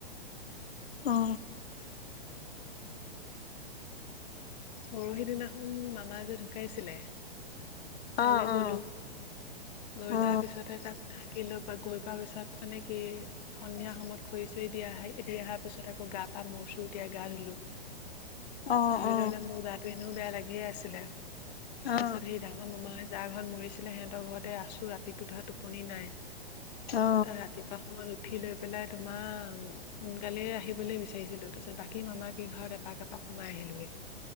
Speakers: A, on the left (about 75°); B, on the left (about 45°).
A: অ
B: পৰহিদিনাখন মামা যে ঢুকাইছিলে তালৈ
A: অ
B: গলো
A: অ
B: গৈ লোৱাৰ
A: অ
B: পিছতহে তাত থাকিলো বা গৈ পোৱা পিছত মানে কি সন্ধিয়া সময়ত খৰি চৰি দি আহি দি আহা তাৰ পিছত আকৌ গা, পা মূৰ-চুৰ তিয়াই গা ধুলো,
A: অ অ
B: ধুই লৈ পেলাই মোৰ গাটো এনেও বেয়া লাগিয়ে আছিলে, তাৰ
A: অ
B: পিছত সেই ডাঙৰ মামাই যাৰ ঘৰত মৰিছিলে সিহঁতৰ ঘৰতে আছো, ৰাতিটো ধৰা টোপনি নাই
A: অ অ
B: তাৰ ৰাতি পোৱা উঠি লৈ পেলাই তোমাৰ সোনকালে আহিবলে বিচাৰিছিলো, তাৰপিছত বাকী মামা কেই ঘৰত এপাক এপাক সোমাই আহিলোগে।